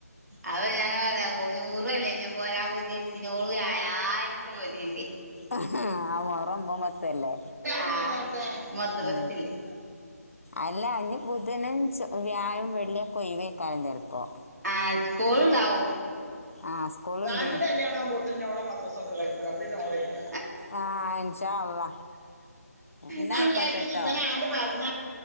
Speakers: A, on the right; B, on the left.
A: അ ഞാൻ പറയാ നൂറ അല്ലേെ പോരാ <unintelligible> പുതിച്ച ആ <unintelligible> പോതി എതി
B: ആ <unintelligible> മത്തല്ലേ
A: ആഹ് മദ്രസില്ലേ
B: ഉ അല്ല ബുധൻ, വ്യാഴം, വെള്ളി കൊെയവേക്കാലം ചെലുപ്പോൾ
A: ആഹ കോൾഡ <unintelligible> ആവ
B: ആ സ്കൂളുണ്ട്
A: സാനല കല്യാണകുമ പോത്ത <unintelligible> ഞളടെ മദ്രസ ഒക്കെ കഴിക്കുവവാ പി <unintelligible> ന്നെ ഓള ഇല്ല
B: ആ ഇൻഷാ അള്ളാ എന്നാ
A: ഞാൻ
B: ആയിക്കോട്ടെ
A: വിചാച്ച
B: കേട്ടോ
A: ഇപ്പനെ ആട് പറഞ്ഞ